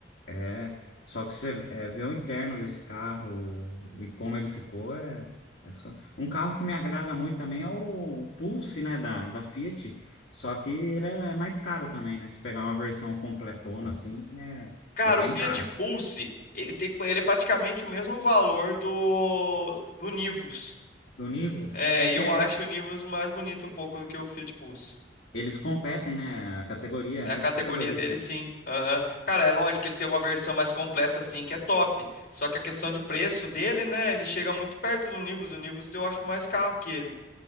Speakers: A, on the left (about 75°); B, on the left (about 55°).
A: é, só que você é, vê o interno desse carro e como ele ficou, é, é só... Um carro que me agrada muito também é o Pulse, né, da, da Fiat. Só que ele é mais caro também, né? Se pegar uma versão completona, assim, é,
B: Cara,
A: é bem
B: o Fiat
A: cara.
B: Pulse, ele tem, ele é praticamente o mesmo valor do, do Nivus.
A: Do Nivus,
B: É,
A: é
B: e
A: que
B: eu
A: é,
B: acho o Nivus mais bonito um pouco do que o Fiat Pulse.
A: eles competem, né? A categoria,
B: É
A: a mesma
B: a categoria
A: categoria.
B: dele, sim. Aham. Cara, é lógico que ele tem uma versão mais completa, assim, que é top. Só que a questão de preço dele, né? Ele chega muito perto do Nivus. O Nivus eu acho mais caro que ele.